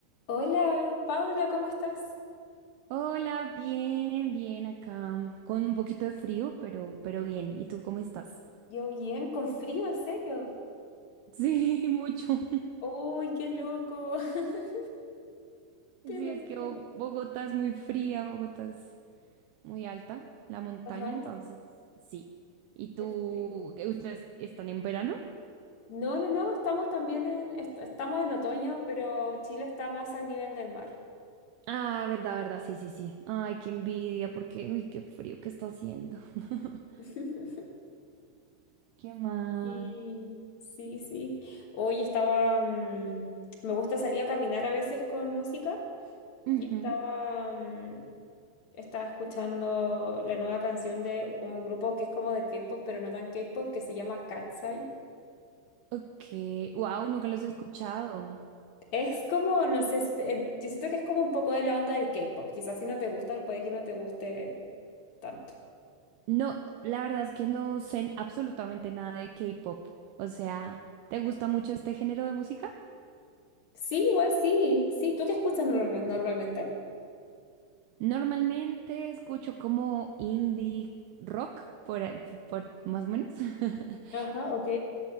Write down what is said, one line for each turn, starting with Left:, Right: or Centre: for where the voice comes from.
Left: Hola, Paula, ¿cómo estás?
Right: Hola, bien, bien acá, mm, con un poquito de frío, pero, pero bien. ¿Y tú cómo estás?
Left: Yo bien, con frío, en serio.
Right: Sí, <laughs> mucho.
Left: ¡Uy, qué loco! <laughs>
Right: Sí,
Left: ¡Qué loco!
Right: es que
Left: qué
Right: Bo- Bogotá es muy fría, Bogotá es muy alta, la montaña,
Left: Ajá,
Right: entonces, sí. ¿Y tú,
Left: es frío.
Right: qué- ustedes están en verano?
Left: No, no, no, estamos también en, est- estamos en otoño, pero Chile está más al nivel del mar.
Right: Ah, verdad, verdad, sí, sí, sí. Ay, qué envidia, porque, uy, qué frío que está haciendo. <laughs>
Left: <laughs>
Right: ¿Qué más?
Left: Sí, sí, sí. Hoy estaba, mm, me gusta salir a caminar a veces con música
Right: Ujú.
Left: y estaba, mm, Estaba escuchando la nueva canción de como un grupo que es como de K-pop, pero no tan K-pop, que se llama Katseye.
Right: Ok, wow, nunca los he escuchado.
Left: Es como, no sé si te- eh, yo siento que es como un poco de la onda del K-pop. Quizás si no te gusta, puede que no te guste tanto.
Right: No, la verdad es que no sé absolutamente nada de K-pop. O sea, ¿te gusta mucho este género de música?
Left: Sí, igual sí. Sí, ¿tú qué escuchas normalmen- normalmente?
Right: Normalmente escucho como indie rock, por, a- por más o menos. <laughs>
Left: Ajá, ok.